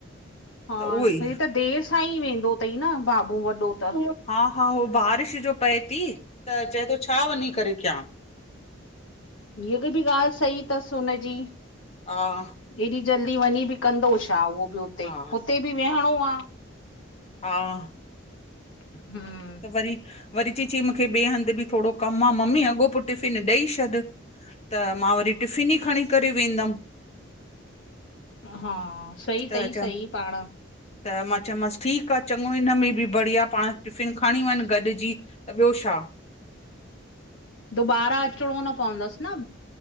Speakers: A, on the left (about 75°); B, on the left (about 35°).
A: हा
B: त उहो
A: सई
B: ई
A: त देर सां ई वेंदो तई न बाबू वॾो त?
B: हा -हा, हो बारिश जो पए ती त चए तो छा वञी करे कयां?
A: हीअ भी बि ॻाल्हि सही तसि हुनजी।
B: हा।
A: एॾी जल्दी वञी भी कंदो छा उओ भी हुते,
B: हा
A: हुते भी वेहणो आ।
B: हा।
A: हम्म
B: वरी -वरी, चई- चईं मूखे ॿे हंध भी थोडो कमु आ मम्मी, अॻो पो टिफ़िन ॾई छॾि त मा वरी टिफ़िन ई खणीं करे वेंदमि।
A: अ हा सही
B: त
A: तई,
B: चयम
A: सही पांण।
B: त मा चयोमांस ठीकु आ चञों हिन में भी बढ़िया पांण टिफ़िन खंणी वंञु गॾजी। त ॿियो छा
A: दुबारा अचिणों न पवंदस न